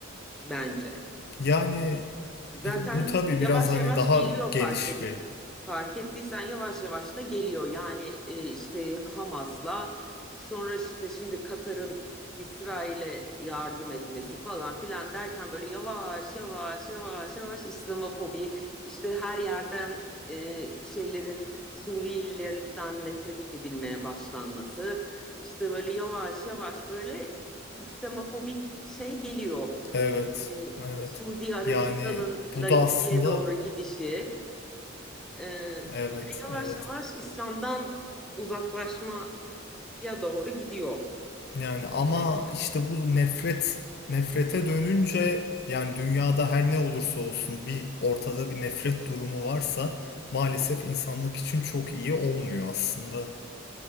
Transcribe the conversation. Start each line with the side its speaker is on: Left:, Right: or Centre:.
Centre: bence.
Left: Yani
Centre: Zaten
Left: bir- bu tabii biraz
Centre: yavaş
Left: hani
Centre: yavaş
Left: daha
Centre: geliyor
Left: geniş
Centre: fark et.
Left: bir.
Centre: fark ettiysen yavaş yavaş da geliyor. Yani e, işte Hamas'la sonra işte şimdi Katar'ın İsrail'e yardım etmesi falan filan derken böyle yavaş yavaş yavaş yavaş İslamofobi işte her yerden e, şeylerin Suriyelilerden nefret edilmeye başlanması işte böyle yavaş yavaş böyle İslamofobik şey geliyor.
Left: Evet.
Centre: E,
Left: Evet.
Centre: Suudi Arabistan'ın
Left: Yani
Centre: laikliğe
Left: bu da aslında
Centre: doğru gidişi. Ee, böyle
Left: evet
Centre: yavaş
Left: evet.
Centre: yavaş İslam'dan uzaklaşmaya doğru gidiyor
Left: Yani
Centre: süreç.
Left: ama işte bu nefret nefrete dönünce yani dünyada her ne olursa olsun bir ortada bir nefret durumu varsa maalesef insanlık için çok iyi olmuyor aslında.